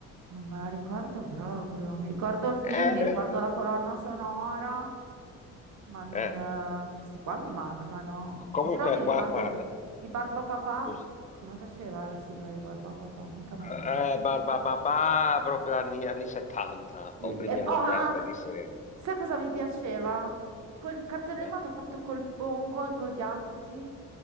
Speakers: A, on the right; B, on the left.
A: non me la ricordo proprio. Mi ricordo il film,
B: Eh,
A: mi ricordo la colonna sonora, ma non...
B: eh.
A: eh, questi qua mi mancano.
B: Comunque,
A: Però mi ricordo
B: gua- guarda,
A: i Barbapapà,
B: scusa.
A: come faceva la sigla dei Barbapapà, mica me
B: Eh,
A: la ricordo.
B: Barba Papà, proprio anni, anni 70
A: Sì.
B: o primi
A: E,
B: anni
A: oh,
B: 80,
A: ah, ah,
B: chi se ne...
A: sai cosa mi piaceva? Quel cartone
B: eh.
A: animato fatto col pongo e coi gatti